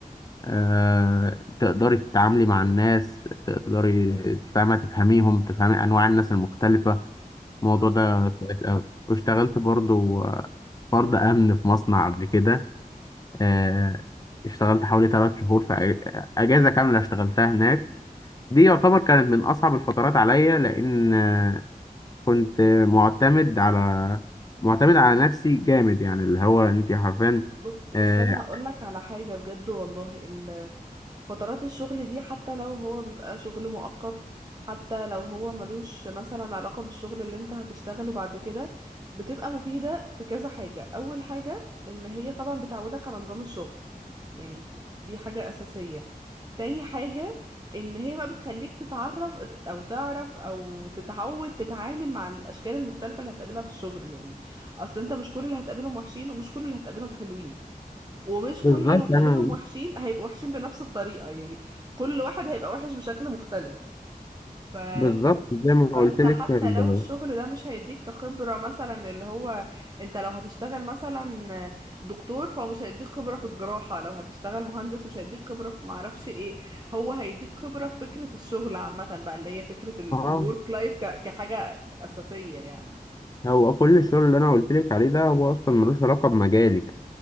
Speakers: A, on the left (about 25°); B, on the right (about 25°).
A: آه، تقدري تتعاملي مع الناس تقدري فاهمة تفهميهم تفهمي انواع الناس المختلفة الموضوع
B: اه
A: ده كويس أوي واشتغلت برضو آه، فرد امن في مصنع قبل كده آه، اشتغلت حوالي ثلاث شهور في أج- أجازة كاملة اشتغلتها هناك دي يعتبر كانت من أصعب الفترات عليا لأن آه، كنت معتمد على معتمد على نفسي جامد يعني اللي هو أنت حرفيا
B: بص بس
A: آه،
B: انا هقولك على حاجة بجد والله ال- فترات الشغل دي حتى لو هو بيبقى شغل مؤقت حتى لو هو ملوش مثلا علاقة بالشغل اللي انت هتشتغله بعد كده بتبقى مفيدة في كذا حاجة اول حاجة ان هي طبعا بتعودك على نظام الشغل يعني دي حاجة اساسية تاني حاجة ان هي بقى بتخليك تتعرف او تعرف او تتعود تتعامل مع الاشكال المختلفة اللي هتقابلها في الشغل يعني اصل انت مش كل اللي هتقابلهم وحشين ومش كل اللي هتقابلهم حلوين ومش
A: بالظبط
B: كل اللي هتقابلهم
A: أنا
B: وحشين هيبقوا وحشين بنفس الطريقة يعني كل واحد هيبقى وحش بشكل مختلف ف... ف...
A: بالظبط زي ما قلت
B: فانت
A: لك
B: حتى
A: ال-
B: لو الشغل ده مش هيديك كخبرة مثلا اللي هو انت لو هتشتغل مثلا دكتور فهو مش هيديك خبرة في الجراحة لو هتشتغل مهندس مش هيديك خبرة في معرفش ايه هو هيديك خبرة في فكرة الشغل عامة بقى اللي هي فكرة الورك
A: اه
B: لايف ك... كحاجة أساسية يعني
A: هو كل الشغل اللي أنا قلت لك عليه ده هو أصلا ملوش علاقة بمجالي